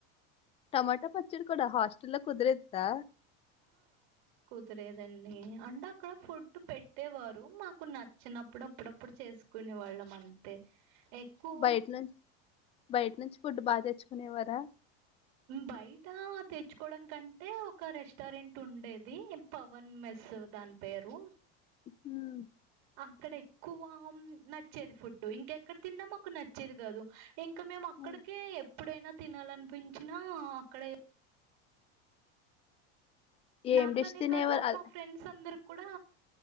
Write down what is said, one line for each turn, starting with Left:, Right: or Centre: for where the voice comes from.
Left: టమాటా పచ్చడి కూడా హాస్టల్ లో కుదిరేద్దా
Right: గుర్తులేదండి అంటే అక్కడ ఫుడ్ పెట్టేవారు మాకు నచ్చినప్పుడు అప్పుడప్పుడు చేసుకునే వాళ్ళం అంతే ఎక్కువ
Left: బయట నుంచి బయట నుంచి ఫుడ్ బాగా తెచ్చుకునేవార
Right: బయట తెచ్చుకోవడం కంటే ఒక రెస్టారెంట్ ఉండేది పవన్ మెస్ దాని పేరు
Left: హమ్మ్
Right: ఇక్కడ ఎక్కువ నచ్చేది ఫుడ్ ఇంకెక్కడ తిన్నా మాకు నచ్చేది కాదు ఇంకా మేము అక్కడిక
Left: ఉమ్.
Right: ఎప్పుడైనా తినాలనిపించినా అక్కడ
Left: ఏం
Right: నాకనే
Left: డిష్ తినేవారు
Right: కాదు
Left: అ-
Right: మా ఫ్రెండ్స్ అందరు కూడా